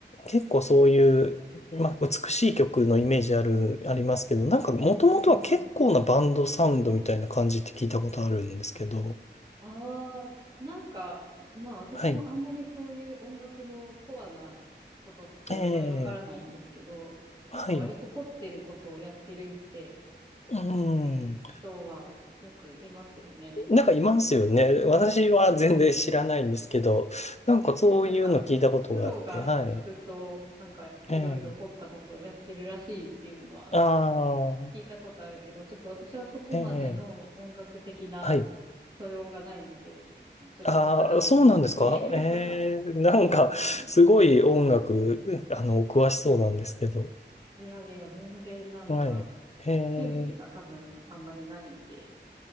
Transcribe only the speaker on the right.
うん。ああ、なんか、まあ私もあんまりそういう音楽のコアなことってあんまりわからないんですけど、
なんか割と凝ってることをやってるって
いう人はよくいますよね。
うん。
うん、なんか、プロが聞くと、
なんか、
いろいろ凝ったことをやってるらしいっていうのは
聞いたことあるけど、ちょっと私はそこまでの音楽的な素養がないので、
ちょっとわからないっていうか、
<laughs>
うん。
いやいや、全然なんか、
センスが多分あんまりないんで、